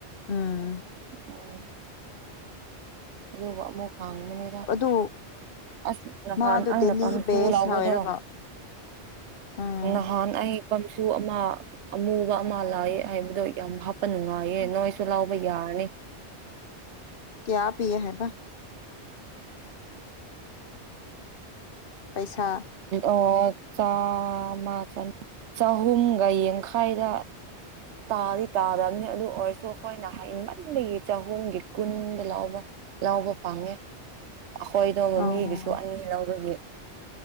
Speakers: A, on the left; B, on the right.
A: ꯎꯝ
B: ꯎꯝ ꯑꯗꯨꯒ ꯑꯃꯨ ꯈꯥꯡꯕꯅꯦ
A: ꯑꯗꯨ
B: ꯑꯁ ꯅꯍꯥꯟ
A: ꯃꯥꯗꯣ
B: ꯑꯩꯅ
A: ꯗꯦꯂꯤ
B: ꯄꯝ
A: ꯕꯦꯁ
B: ꯁꯨ ꯂꯥꯎꯕꯗꯣ
A: ꯑꯣꯏꯔꯒ ꯎꯝ
B: ꯅꯍꯥꯟ ꯑꯩ ꯄꯝꯁꯨ ꯑꯃ ꯑꯃꯨꯕ ꯑꯃ ꯂꯥꯛꯑ ꯍꯥꯏꯕꯗꯣ ꯌꯥꯝ ꯍꯥꯞꯄ ꯅꯨꯡꯉꯥꯏꯌꯦ ꯅꯣꯏꯁꯨ ꯂꯥꯎꯕ ꯌꯥ ꯌꯥꯅꯦ
A: ꯀꯌꯥ ꯄꯤꯌꯦ ꯍꯥꯏꯕ ꯄꯩꯁꯥ
B: ꯑꯣ ꯆꯥꯃ ꯆꯅꯤ ꯆꯍꯨꯝꯒ ꯌꯥꯡꯈꯥꯏꯗ ꯇꯥꯗꯤ ꯇꯥꯗꯝꯅꯤ ꯑꯗꯨ ꯑꯣꯏꯁꯨ꯫ ꯈꯣꯏꯅ ꯍꯥꯏꯃꯟꯕꯒꯤ ꯆꯍꯨꯝꯒꯤ ꯀꯨꯟꯗ ꯂꯧꯕ ꯂꯧꯕ ꯄꯪꯉꯦ꯫ ꯑꯈꯣꯏꯗꯣ
A: ꯑꯣ
B: ꯃꯤꯒꯤꯁꯨ ꯑꯅꯤ ꯂꯧꯕꯒꯤ꯫